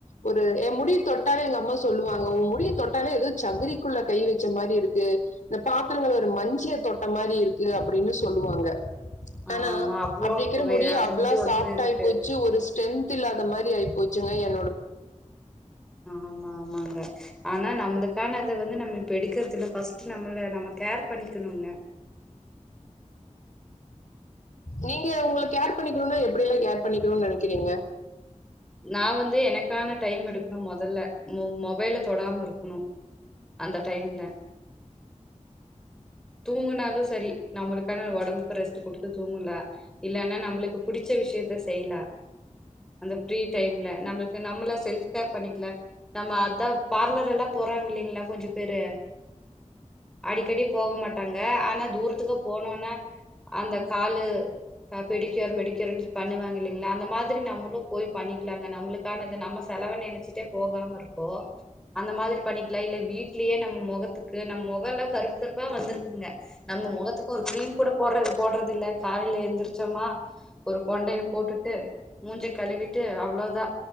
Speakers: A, on the left (about 75°); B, in the centre.
A: ஒரு ஏ முடி தொட்டாலே எங்கம்மா சொல்லுவாங்க உன் முடிய தொட்டாலே ஏதோ சகதிக்குள்ள கை வச்ச மாரி இருக்கு இந்த பாத்திரங்கள் ஒரு மஞ்சிய தொட்ட மாதிரி இருக்கு அப்படின்னு சொல்லுவாங்க
B: ஆமா
A: ஆனா
B: அவ்ளோ
A: அப்டிக்கிற
B: வே
A: முடி அவ்ளா
B: முடிவுதரு
A: சாப்ட்
B: இருக்கு
A: ஆய்ப்போச்சு ஒரு டென்த்தில்லாத மாரி ஆயி போச்சுங்க ஏ
B: ஆமா ஆமாங்க ஆனா நம்மளுக்கானத வந்து நம்ம இப்ப எடுக்கிறதில்ல ஃபஸ்ட் நம்மள நம்ம கேர் பண்ணிக்கணுங்க
A: நீங்க உங்கள கேர் பண்ணிக்கணுன்னா எப்டியெல்லா கேர் பண்ணிக்கணுன்னு நெனைக்கிறீங்க
B: நா வந்து எனக்கான டைம் எடுக்கணு மொதல்ல மொ மொபைல தொடாம இருக்கணு அந்த டைம்ல தூங்குனாலு சரி நம்மளுக்கான ஒடம்புக்கு ரெஸ்ட் குடுத்து தூங்கலா இல்லனா நம்மளுக்கு புடிச்ச விஷயத்த செய்யலா அந்த ல்ல நம்மளுக்கு நம்மள செல்ப் கேர் பண்ணி <unintelligible> நம்ம அதா பார்லரெல்லா போறாங்கில்லிங்களா கொஞ்சோ பேரு அடிக்கடி போக மாட்டாங்க ஆனா தூரத்துக்கு போனோன்னா அந்த காலு பெடிக்குயூர் மெடிக்குயூர்ன்னு பண்ணுவாங்க இல்லைங்களா அந்த மாதிரி நம்மளும் போய் பண்ணிக்கலாங்க நம்மளுக்கானது நம்ம செலவ நினச்சிட்டே போகாம இருக்கோ அந்த மாதிரி பண்ணிக்கலா இல்ல வீட்லயே நம்ம முகத்துக்கு நம்ம முகலா கருப்பு கருப்பா வந்திருக்குங்க நம்ம முகத்துக்கு ஒரு கிரீம் கூட போட்ற போட்றதில்ல காலைல எந்திரிச்சோமா ஒரு கொண்டைய போட்டுட்டு மூஞ்ச கழுவிட் டு அவ்ளோதா